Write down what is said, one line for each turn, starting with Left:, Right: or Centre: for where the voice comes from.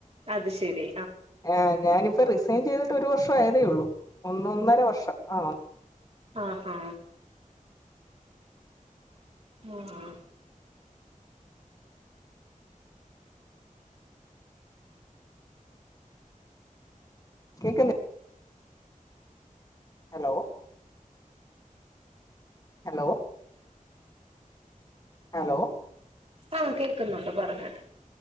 Right: അത് ശെരി.
Left: ആ ഞാനിപ്പ റിസൈൻ ചെയ്തിട്ട് ഒരു വർഷം ആയതേ ഉള്ളൂ ഒന്നൊന്നര വർഷം ആഹ്.
Right: ആഹ് ഹ. ആഹ്.
Left: <unintelligible> ഹലോ. ഹലോ ഹലോ
Right: ആഹ് കേക്കുന്നുണ്ട് പറഞ്ഞാട്ട്.